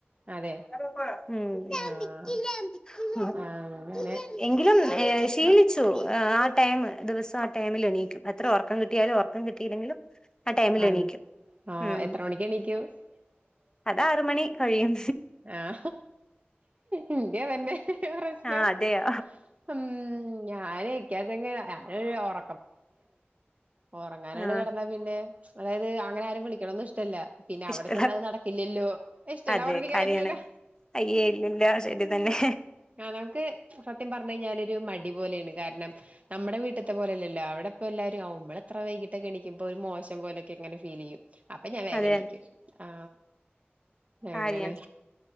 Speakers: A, on the right; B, on the left.
A: അതെ
B: <unintelligible>
A: ആഹ് ആഹ് അങ്ങനെ
B: എങ്കിലും ശീലിച്ചു ആ ടൈം ദിവസം ആ ടമിൽ എണീക്കും അത്ര ഒറക്കം കിട്ടിയാലും ഉറക്കം കിട്ടിയില്ലെങ്കിലും ആ ടൈമിൽ
A: ആഹ്
B: എണീക്കും
A: ആഹ്
B: ഉം
A: എത്ര <unintelligible>
B: അത് ആറ മണി കഴിയും
A: ആ ഇന്ത് തന്നെ <unintelligible>
B: ആ അതെയോ
A: ഞാനക്ക ഞ ഉറ <unintelligible> ഉറങ്ങാനായിട്
B: ആഹ്
A: കിടന്നാ പിന്നെ അതായത് അങ്ങനെ ആരും വിളിക്കണൊന്നും ഇഷ്ടമല്ല പിന്നെ അവിടെ
B: ഇഷ്ട
A: ചെന്നാ നടക്കില്ലല്ലോ ഇഷ്ടല്ല
B: അതെ
A: പറഞിട്ട്
B: കാര്യാണ്
A: കാര്യ ഇല്ലല്ലോ
B: അയ്യേ ഇല്ലില്ല ശരി
A: <unintelligible>
B: തന്നെ
A: നമക്ക് സത്യം പറ കഴിഞ്ഞൽ ഒരു മടി പോലെയാണ് കാരണം നമ്മ വീട്ടത്തെ പോലെയല്ലല്ലോ അവിടെപ്പ എല്ലാരും വടെ എത്ര വൈകിട്ട് ണിക്കുമ്പോ ഒരു മോശം പോലൊക്കെങ്ങനെ ഫീൽ ചെയ്യും അപ്പൊ ഞാ വേഗണീക്കും
B: അതെ അതെ
A: ആ
B: കാര്യാണ്
A: അങ്ങനെ